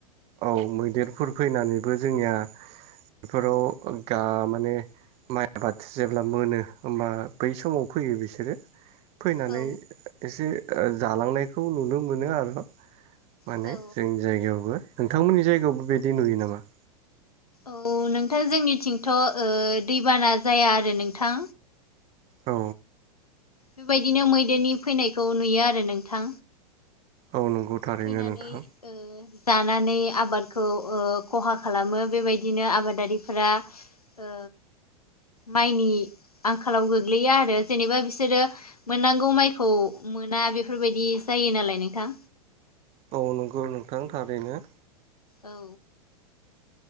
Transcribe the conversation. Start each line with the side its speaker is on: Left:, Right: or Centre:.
Right: औ मैदेरफोर फैनानैबो जोंनिया बेफोराव गा माने। माइ आबाद जेब्ला मोनो होमबा बै समाव फैयो बिसोरो। फैनानै
Left: औ
Right: एसे जालांनायखौ नुनो मोनो आरो। माने
Left: औ
Right: जोंनि जायगायावबो नोंथांमोननि जायगायावबो बिदि नुयो नामा।
Left: औ नोंथां जोंनिथिंथ' ओ दैबाना जाया आरो नोंथां।
Right: औ
Left: बेबायदिनो मैदेरनि फैनायखौ नुयो आरो नोंथां।
Right: औ नंगौ थारैनो
Left: फैनानै
Right: नोंथां
Left: ओ जानानै आबादखौ ओ खहा खालामो बेबायदिनो आबादारिफोरा। ओ माइनि आंखालाव गोग्लैया आरो जेनेबा बिसोरो मोननांगौ माइखौ मोना बेफोरबायदि जायो नालाय नोंथां।
Right: औ नंगौ नोंथां थारैनो।
Left: औ।